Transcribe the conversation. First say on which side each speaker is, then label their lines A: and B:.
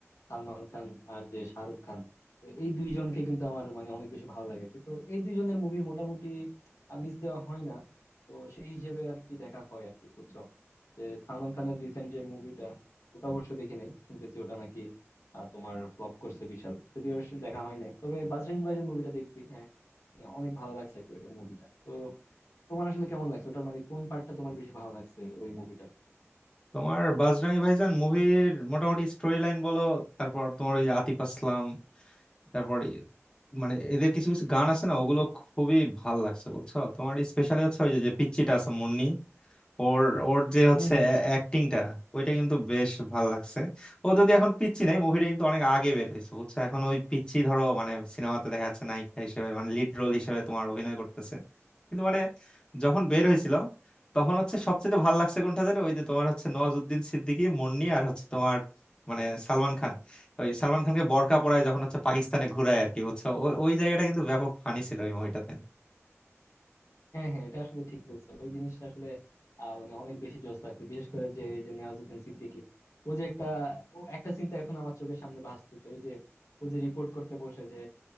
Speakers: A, on the left; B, on the left.
A: সালমান খান আর যে শাহরুখ খান তো এই দুইজনকে কিন্তু আমার মানে অনেক বেশি ভালো লাগে তো এই দুইজনের মুভি মোটামুটি মিস দেওয়া হয় না তো সেই হিসেবে আর কি দেখা হয় আর কি বুঝছো যে সালমান খানের রিসেন্ট যে মুভিটা ওটা অবশ্য দেখি নাই শুনতেছি ওটা নাকি আহ, তোমার ফ্লপ করছে বিশাল যদিও সে দেখা হয় নাই তবে বাজরঙ্গি ভাইজান মুভিটা দেখছি হ্যাঁ। Yeah, অনেক ভালো লাগছে মুভিটা তো তোমার আসলে কেমন লাগছে ওটার মানে কোন পার্টটা তোমার বেশি ভালো লাগছে ওই মুভিটার
B: তোমার বাজরাঙ্গি ভাইজান মুভির মোটামুটি স্টোরি লাইন বলো তারপর তোমার ওই যে আতিফ আসলাম তারপর ই- মানে এদের কিছু কিছু গান আছে না ওগুলো খুবই ভাল লাগছে বুঝছো তোমার স্পেশালি হচ্ছে ওই যে যে পিচ্চিটা আছে মুন্নি ওর ওর যে হচ্ছে
A: হুম হুম হুম।
B: অ্যাক্টিংটা ওইটা কিন্তু বেশ ভাল লাগছে ও যদি এখন পিচ্চি নাই মুভিটা কিন্তু অনেক আগে বের হয়েছে বুঝছো এখন ওই পিচ্চি ধরো মানে সিনেমাতে দেখা যাচ্ছে নায়িকা হিসেবে মানে লিড রোল হিসেবে তোমার অভিনয় করতেছে কিন্তু মানে যখন বের হয়েছিল তখন হচ্ছে সবচেয়ে ভাল লাগছে কোনটা জানো ওই যে তোমার হচ্ছে নওয়াজুদ্দিন সিদ্দিকী মুন্নি আর হচ্ছে তোমার মানে সালমান খান ওই সালমান খানকে বরকা পরায় যখন হচ্ছে পাকিস্তানে ঘুরায় আর কি বুঝছো ওই ওই জায়গাটা কিন্তু ব্যাপক ফানি ছিল ওই মুভিটাতে
A: হ্যাঁ হ্যাঁ এটা আসলে ঠিক বলছো ওই জিনিসটা আসলে আহ, মানে অনেক বেশি জোস লাগছে বিশেষ করে যে এই যে নেওয়াজুদ্দিন সিদ্দিকী ও যে একটা ও একটা চিন্তা এখন আমার চোখের সামনে ভাসতেছে ওই যে ও যে রিপোর্ট করতে বসে যে